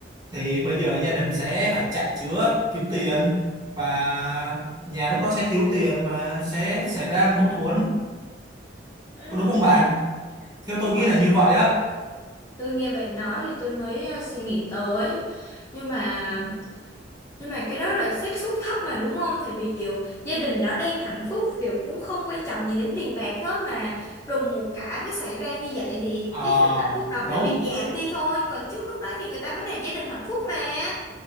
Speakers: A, on the right (about 20°); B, on the left (about 15°).
A: thì bây giờ gia đình sẽ phải chạy chữa kiếm tiền và nhà lúc đó sẽ thiếu tiền và sẽ xảy ra mâu thuẫn
B: Ừ,
A: có đúng không bạn theo
B: đúng
A: tôi nghĩ
B: rồi.
A: là như vậy á
B: tôi nghe bạn nói thì tôi mới ờ, suy nghĩ tới nhưng mà Nhưng mà cái đó là xác suất thấp mà đúng không? Tại vì kiểu gia đình đã đang hạnh phúc kiểu cũng không quan trọng gì đến tiền bạc hết mà đùng một cái mới xảy ra như vậy thì
A: Ờ
B: cái sự hạnh phúc đó
A: đúng
B: mới bị giảm đi thôi. Còn trước lúc đó thì người ta vẫn là gia đình hạnh phúc mà.